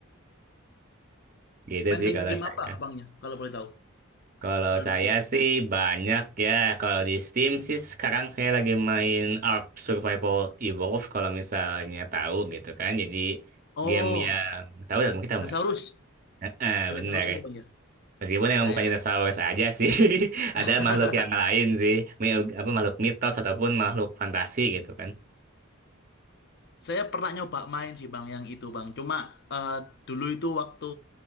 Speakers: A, on the right; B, on the left.
A: <laughs> Gitu
B: Main
A: sih
B: game
A: kalau
B: game
A: saya.
B: apa abangnya kalau boleh tahu?
A: Kalau
B: Kalau
A: saya
B: di Steam?
A: sih banyak ya. Kalau di Steam sih sekarang saya lagi main Ark Survival Evolved kalau misalnya tahu gitu kan. Jadi
B: Oh,
A: game yang tahu ya mungkin tahu
B: dinosaurus.
A: nggak? Heeh,
B: Dinosaurus
A: benar.
B: itu Bang ya?
A: Meskipun
B: Iya,
A: emang bukan
B: ya.
A: dinosaurus aja sih, <laughs>
B: <laughs>
A: ada makhluk yang lain sih, Mi- apa makhluk mitos ataupun makhluk fantasi gitu kan.
B: Saya pernah nyoba main sih Bang yang itu Bang. Cuma eh, dulu itu waktu